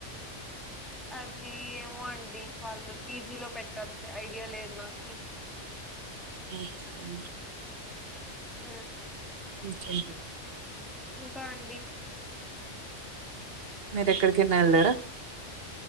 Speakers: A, in the centre; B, on the right (about 55°).
A: అది ఏమో అండి వాళ్ళు పీజీలో పెట్ట ఐడియా లేదు నాకి <inaudible>
B: ఉ హు
A: ఉ
B: ఇంకెంత
A: ఇంకా అండి
B: మీరు ఎక్కడికన్నా వెళ్ళారా